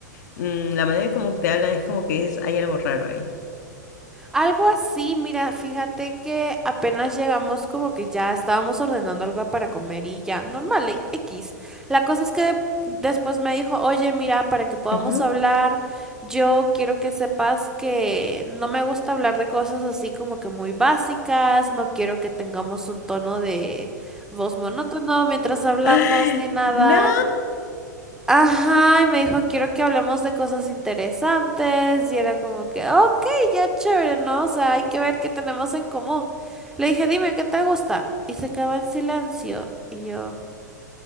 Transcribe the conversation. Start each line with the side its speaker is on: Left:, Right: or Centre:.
Left: mm, la manera como te hablan es como que es, hay algo raro ahí.
Centre: Algo así, mira, fíjate que apenas llegamos como que ya estábamos ordenando algo para comer y ya, normal, e- X. La cosa es que de- después me dijo, oye, mira, para que podamos
Left: Ujú.
Centre: hablar, yo quiero que sepas que no me gusta hablar de cosas así como que muy básicas, no quiero que tengamos un tono de voz monótono mientras hablamos
Left: <gasps>
Centre: ni nada.
Left: ¡No!
Centre: Ajá, y me dijo, quiero que hablemos de cosas interesantes. Y era como que, ok, ya chévere, ¿no? O sea, hay que ver qué tenemos en común. Le dije, dime, ¿qué te gusta? Y se quedó en silencio. Y yo,